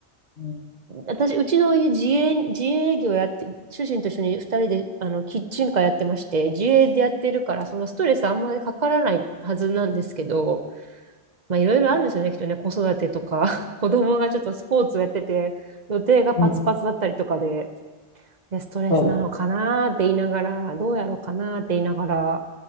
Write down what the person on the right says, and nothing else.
私、うちの家自営、自営業やって、主人と一緒に二人で、あの、キッチンカーやってまして、自営でやってるから、そのストレスあんまりかからないはずなんですけど、まあ、いろいろあるんですよね、きっとね、子育てとか、<laughs> 子供がちょっとスポーツやってて、予定がパツパツだったりとかで、
で、ストレスなのかなーって言いながら、
どうやろうかなーって言いながら、